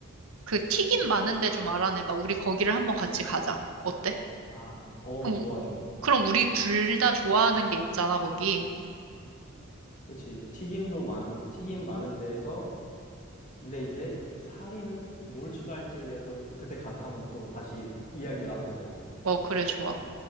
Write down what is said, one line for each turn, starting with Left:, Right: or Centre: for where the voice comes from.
Right: 그 튀김 많은데 좀 알아내봐. 우리 거기를 한번 같이 가자. 어때?
Left: 아, 어,
Right: 그럼,
Left: 좋아, 좋아.
Right: 그럼 우리 둘 다 좋아하는 게 있잖아, 거기.
Left: 그렇지. 튀김도 많, 튀김 많은 데에서, 근데 이제 사리는 뭘 추가할지에 대해서는 또 그때 가서 한번 또 다시 이야기 나눠보자고.
Right: 어, 그래, 좋아.